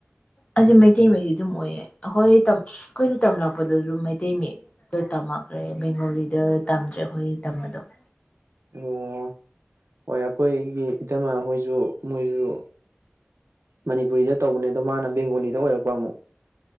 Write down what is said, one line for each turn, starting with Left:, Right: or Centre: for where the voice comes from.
Left: ꯑꯁꯤ ꯃꯩꯇꯩꯃꯍꯤ ꯑꯗꯨꯝ ꯑꯣꯏꯌꯦ ꯑꯈꯣꯏ ꯇꯝ ꯑꯈꯣꯏꯅ ꯇꯝꯂꯛꯄꯗꯁꯨ ꯑꯗꯨꯝ ꯃꯩꯇꯩ ꯃꯌꯦꯛ ꯗꯨ ꯇꯝꯃꯛꯈ꯭ꯔꯦ ꯕꯦꯡꯒꯣꯂꯤꯗꯣ ꯇꯝꯗ꯭ꯔꯦ ꯑꯩꯈꯣꯏ ꯇꯝꯕꯗꯣ
Right: ꯑꯣ ꯍꯣꯏ ꯑꯈꯣꯏꯒꯤ ꯏꯇꯩꯃ ꯍꯣꯏꯖꯨ ꯃꯣꯏꯖꯨ ꯃꯅꯤꯄꯨꯔꯤꯗ ꯇꯧꯕꯅꯦ ꯑꯗꯣ ꯃꯥꯅ ꯕꯦꯡꯒꯣꯂꯤꯗ ꯑꯣꯏꯔꯛꯄ ꯑꯃꯨꯛ